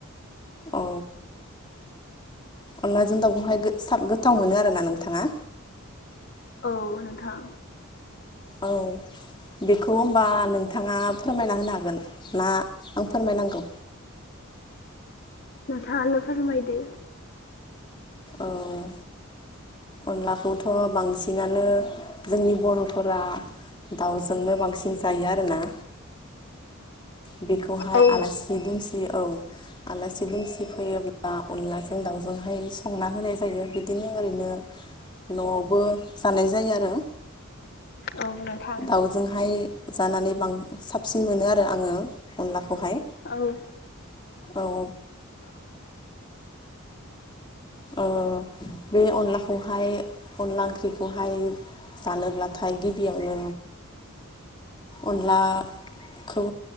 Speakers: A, on the left (about 20°); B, on the left (about 50°).
A: औ। अनलाजों दाउखौहायाब गोथाव मोनो आरोना नोंथाङा।
B: औ नोंथां।
A: औ बेखौ होनोमबा नोंथाङा फोरमायना होनो हागोन ना आं फोरमायनांगौ।
B: नोंथाङा नो फोरमायदो।
A: औ अनलाखौथ' बांसिनानो जोंनि बर'फोरा दाउजोंनो बांसिन जायो आरोना। बेखौहाय
B: औ
A: आलासि दंसि औ। आलासि दुमसि फैयोब्ला अनलाजों दाउजोंहाय संना होनाय जायो बिदिनो ओरैनो न'आवबो जानाय जायो आरो।
B: औ नोंथां
A: दाउजोंहाय जानानै बां साबसिन मोनो आरो आङो अनलाखौहाय
B: औ
A: औ। अ बे अनलाखौहाय अनला ओंख्रिखौहाय जानोब्लाथाय गिबियावनो अनला खौ